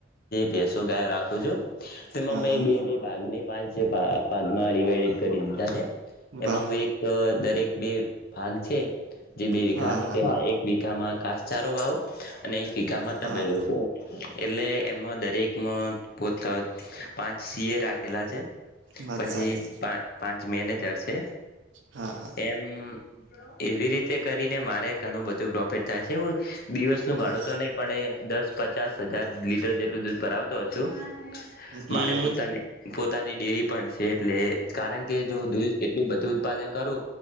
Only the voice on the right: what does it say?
હા
હા
વાહ
હા હા
હા
વાત
સાચી
હા હા.
હા
હમ હમ